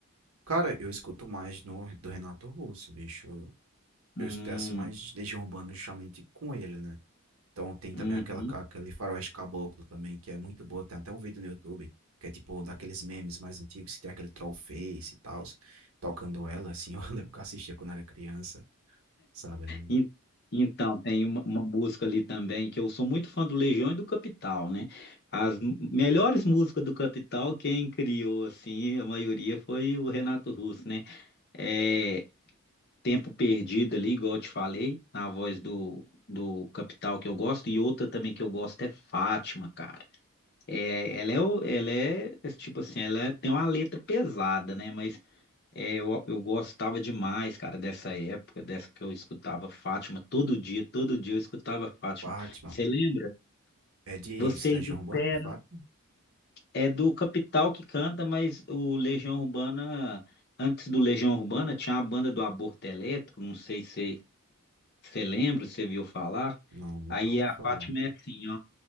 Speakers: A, on the right; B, on the left.
A: Cara, eu escuto mais no, do Renato Russo, bicho. Eu,
B: Hum,
A: eu escutei assim mais Legião Urbana justamente com ele, né? Então tem também
B: uhum.
A: aquela, aquele Faroeste Caboclo também, que é muito boa. Tem até um vídeo no YouTube, que é tipo daqueles memes mais antigos, que tem aquele troll face e tal, tocando ela, assim. <laughs> Eu lembro que eu assistia quando era criança, sabe?
B: E- Então, tem uma, uma música ali também, que eu sou muito fã do Legião e do Capital, né? As m- melhores músicas do Capital, quem criou, assim, a maioria foi o Renato Russo, né? É, tempo perdido ali, igual eu te falei, na voz do, do Capital que eu gosto, e outra também que eu gosto é Fátima, cara. É, ela é, o- ela é, é tipo assim, ela é- tem uma letra pesada, né? Mas é, eu, eu gostava demais, cara, dessa época, dessa que eu escutava Fátima todo dia, todo dia eu escutava Fátima.
A: Fátima.
B: Você lembra?
A: É de
B: Vocês
A: Legião
B: esperam.
A: Urbana, fato?
B: É do Capital que canta, mas o Legião Urbana, antes do Legião Urbana, tinha a banda do Aborto Elétrico, não sei se Você lembra? Você viu falar?
A: Não, nunca
B: Aí
A: ouvi
B: a
A: falar.
B: Fátima é assim, ó.